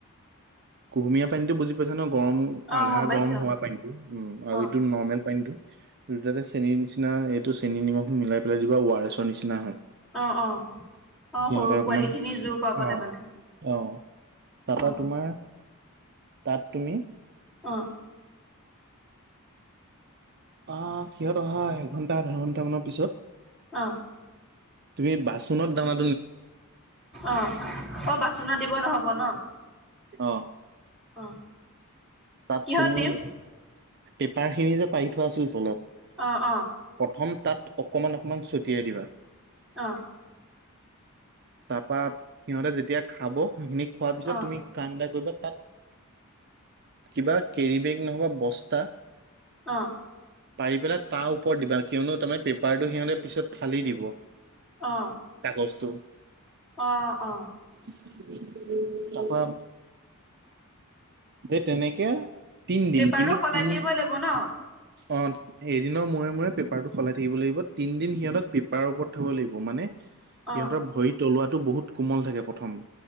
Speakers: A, on the right; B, in the centre.
A: কুহুমীয়া পানীতটো বুজি পাইছো ন গৰম
B: অ
A: আধা
B: গম পাইছো
A: গৰম হোৱা পানীতটো উম আৰু
B: অ অ
A: এইটো নৰ্মেল পানীতটো। দুইততে চেনীৰ নিচিনা এইটো চেনী নিমখ মিলাই পেলাই দিবা আৰু। নিচিনা হয়
B: অ অ অ
A: সিহঁতে
B: সৰু
A: অকমান
B: পোৱালি খিনি জোৰ পাবলে
A: অ
B: মানে
A: অ। তাৰাপা
B: অ
A: তোমাৰ। তাত তুমি?
B: অ।
A: আহ সিহঁত অহা এঘন্টা আধা ঘন্টা মানৰ পিছত।
B: অঁ।
A: তুমি বাচনত দানা।
B: অ অ বাচনত দিব নহ'ব ন?
A: অহঁ।
B: অ'
A: তাত
B: কিহত
A: তুমি
B: দিম
A: পেপাৰ খিনি যে পাৰি থোৱা আছিল তলত
B: অঁ অঁ
A: প্ৰথম তাত অকণমান অকমান ছটিয়াই দিবা,
B: অ।
A: তাপা সিহঁতে যেতিয়া খাব। সেই খিনি খোৱাৰ পিছত
B: অ
A: তুমি কাম এটা কৰিবা তাত কিবা কেৰি বেগ, নহবা বস্তা
B: অ
A: পাৰি পেলাই তাৰ ওপৰত দিবা কিয়নো তাৰমানে পেপাৰটো সিহঁতে পিছত ফালি দিব
B: অ
A: কাগজটো।
B: অ অ
A: তাৰপা এই তেনেকে তিনদিন
B: পেপাৰো
A: কিন্তু
B: সলাই
A: তিন-
B: থাকিব লাগিব ন
A: অ এদিনৰ মূৰে মূৰে পেপাৰটো সলাই থাকিব লাগিব তিনদিন সিহঁতক পেপাৰৰ ওপৰত থব লাগিব মানে। সিহঁতৰ
B: অ
A: ভৰি তলুৱাতটো বহুত কোমল থাকে প্ৰথম।